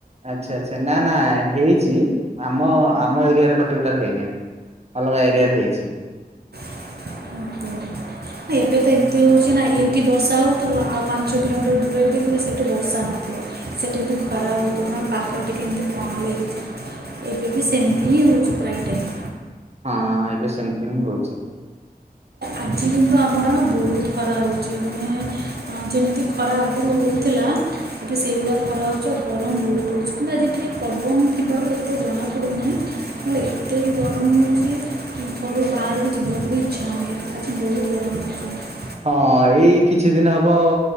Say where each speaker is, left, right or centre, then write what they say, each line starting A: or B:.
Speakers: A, on the right; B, on the right.
A: ଆଚ୍ଛା ଆଚ୍ଛା ନା ନା ହେଇଛି। ଆମ ଆମ ଏରିଆରେ ପଟିକୁଲାର ହେଇନ ଅଲଗା ଏରିଆରେ ହେଇଛି।
B: <unintelligible> ଏବେ ତ ଏମିତି ହେଉଛି ନା ଏଇଠି ବର୍ଷା ହଉଥିବ ଆଉ ପାଞ୍ଚ କିଲୋମିଟର ଦୂର ରେ ଦେଖିବେ ସେଇଠି ବର୍ଷା ହଉ ସେଠି ଖରା ହଉଥିବା ପାଇଁ ଟିକେ <unintelligible> ଥିବ। ଏବେ ବି ସେମିତି ହିଁ ହେଉଛି ପ୍ରାଏଟାଇମ୍।
A: ହଁ ଏବେ ସେମିତି ହଁ ହଉଛି।
B: ଆଜି କି ତ ଆମର ବହୁତ୍ ଖରା ହଉଛି ମାନେ ଯେମିତି ଖରା ଆଗ ହେଉଥିଲା ଏବେ ସେଇଗୁଡ଼ା ଖରା ହେଉଛି ଆଉ ଗରମ ବହୁତ୍ ହଉଛି ପୁରା ଆଜି ଟିକେ ପବନ ଥିବାର ଏତେ ଜଣାପଡ଼ୁନାହିଁ ମାନେ ଏତେ ବି ଗରମ ହେଉଛି ଘରୁ ବାହାରୁ ଯିବାକୁ ଇଚ୍ଛା <unintelligible>
A: ହଁ ଏଇ କିଛି ଦିନ ହବ